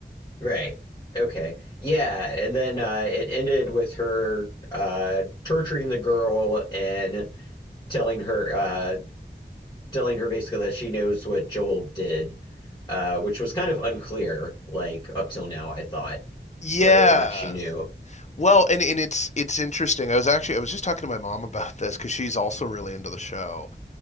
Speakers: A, on the left; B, on the left.
A: Right. Okay. Yeah, and then uh, it ended with her uh, torturing the girl and telling her uh, telling her basically that she knows what Joel did, uh, which was kind of unclear, like up till now, I thought,
B: Yeah.
A: whether or not she knew.
B: Well, and, and it's it's interesting. I was actually I was just talking to my mom about this because she's also really into the show,